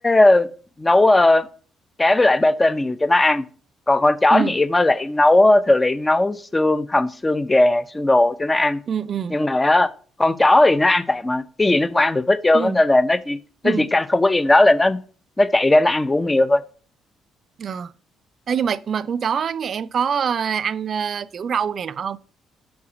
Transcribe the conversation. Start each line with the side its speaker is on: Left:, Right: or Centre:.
Left: ờ, nấu ờ, cá với lại pate mèo cho nó ăn còn con chó
Right: ừ
Left: nhà em á là em nấu thường là em nấu xương hầm xương gà xương đồ cho nó ăn
Right: ừ ừ
Left: nhưng mà á, con chó thì nó ăn tạp mà cái gì nó cũng ăn được hết trơn
Right: ừ
Left: á nên là nó chỉ nó
Right: ừ
Left: chỉ canh không có em đó là nó nó chạy ra nó ăn của con mèo thôi
Right: à. Ê, nhưng mà mà con chó nhà em có ờ, ăn ờ, kiểu rau này nọ không